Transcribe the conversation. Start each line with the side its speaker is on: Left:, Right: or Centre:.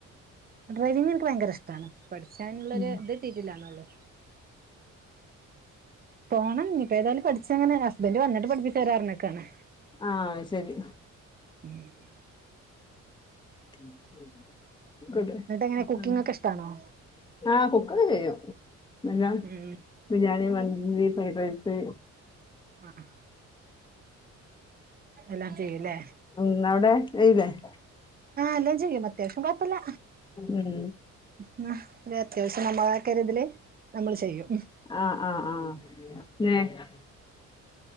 Right: ഡ്രൈവിംഗ് എനിക്ക് ഭയങ്കര ഇഷ്ട്ടാണ് പഠിക്കാനുള്ളൊരു
Left: ഉം
Right: ഇത് കിട്ടിട്ടില്ലെന്നുള്ളു പോണം ഇനീപ്പെതാലും പഠിച്ചങ്ങനെ ഹസ്ബൻഡ് വന്നിട്ട് പഠിപ്പി തരാർന്നിക്കാനാ
Left: ആഹ് ശരി
Right: <inaudible>
Left: <inaudible>
Right: എന്നിട്ട് എങ്ങനെ കുക്കിംഗ് ഒക്കെ ഇഷ്ടാണോ
Left: ആ കുക്കൊക്കെ ചെയ്യും ബിരിയാണി
Right: ഉം
Left: ബിരിയാണി മന്ദി ഇനി പിറകുവശത്തു
Right: ആഹ് എല്ലാം ചെയ്യുല്ലേ
Left: ഉം <unintelligible>
Right: ആഹ് എല്ലാം ചെയ്യും അത്യാവശ്യം വർക് ഇല്ല
Left: ഉം
Right: ന്നാ പിന്നെ അത്യാവശ്യം നമ്മെടെതക്കിത്തിൽ നമ്മള് ചെയ്യും
Left: ആഹ് ആഹ് ആഹ് മാത്‍സ്